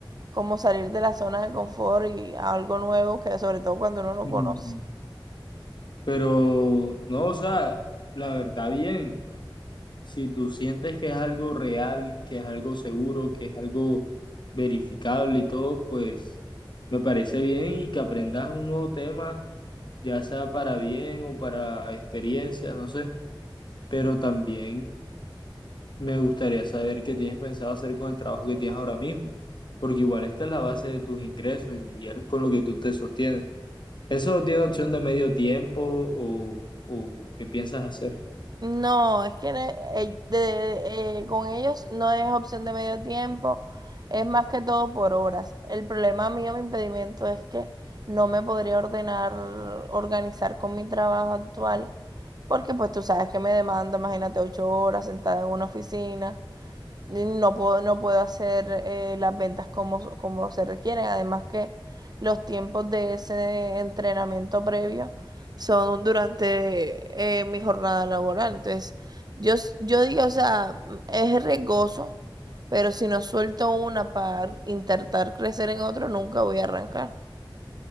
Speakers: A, on the right (about 50°); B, on the left (about 60°).
A: como salir de la zona de confort y a algo nuevo, que sobre todo cuando uno no
B: Mm,
A: conoce.
B: Pero no, o sea, la verdad bien, Si tú sientes que es algo real, que es algo seguro, que es algo verificable y todo, pues me parece bien y que aprendas un nuevo tema, ya sea para bien o para experiencia, no sé. Pero también me gustaría saber qué tienes pensado hacer con el trabajo que tienes ahora mismo, porque igual esta es la base de tus ingresos y es con lo que tú te sostienes. ¿Eso no tiene opción de medio tiempo o, o qué piensas hacer?
A: No, es que ne- eh, de- eh, con ellos no es opción de medio tiempo, es más que todo por horas. El problema mío, mi impedimento es que no me podría ordenar, organizar con mi trabajo actual, porque pues tú sabes que me demanda, imagínate, ocho horas sentada en una oficina. No puedo, no puedo hacer eh, las ventas como, como se requieren. Además que los tiempos de ese entrenamiento previo son durante eh, mi jornada laboral. Entonces, yo, s- yo digo, o sea, mm, es riesgoso, pero si no suelto una para intentar crecer en otro, nunca voy a arrancar.